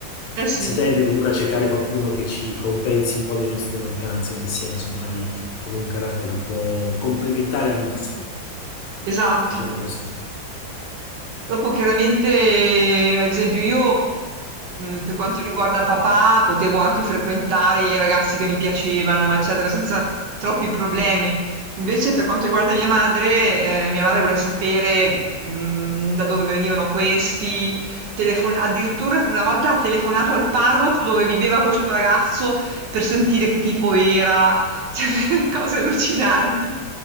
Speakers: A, on the right (about 70°); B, on the left (about 80°).
A: Eh sì,
B: Si tende comunque a cercare qualcuno che ci compensi un po' le nostre mancanze o che sia casomai con un carattere un po' complementare al nostro,
A: esatto.
B: diciamo così.
A: Dopo chiaramente, eh, ad esempio, io mh, per quanto riguarda papà, potevo anche frequentare i ragazzi che mi piacevano, eccetera, senza troppi problemi. Invece, per quanto riguarda mia madre, eh, mia madre voleva sapere mh, da dove venivano questi, telefon- addirittura una volta ha telefonato al parroco dove viveva questo ragazzo per sentire che tipo era. Cioè, <laughs> delle cose allucinanti.